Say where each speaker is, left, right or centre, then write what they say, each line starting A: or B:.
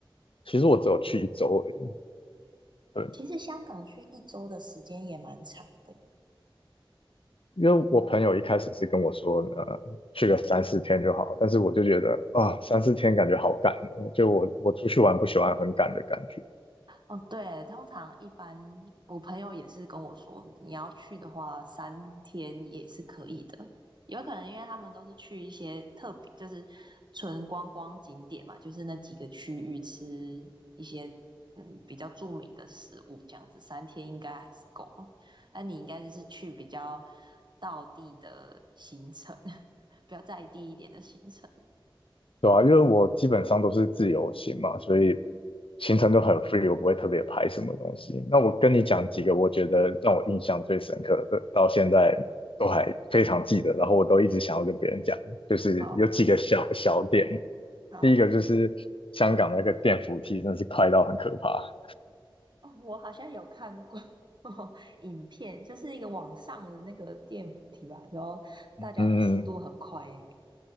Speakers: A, on the left; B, on the right.
A: 其实我只有去一周而已，对。
B: 其实香港去一周的时间也蛮长的。
A: 因为我朋友一开始是跟我说，呃，去个三四天就好，但是我就觉得啊，三四天感觉好赶哦，就我我出去玩不喜欢很赶的感觉，
B: 哦，对，通常一般我朋友也是跟我说，你要去的话，三天也是可以的。有可能因为他们都是去一些特别，就是纯观光景点嘛，就是那几个区域吃一些嗯比较著名的食物，这样子三天应该还是够。<laughs> 那你应该就是去比较到地的行程，<laughs> 比较在地一点的行程。
A: 对啊，因为我基本上都是自由行嘛，所以行程都很 free，我不会特别排什么东西。那我跟你讲几个我觉得让我印象最深刻的，到现在都还非常记得，然后我都一直想要跟别人讲，就是有几个小小点，
B: 好好。
A: 第一个就是香港那个电扶梯真的是快到很可怕。
B: 哦，我好像有看过 <laughs> 影片，就是一个网上的那个电扶梯吧，然后大家的速度很快耶，
A: 嗯，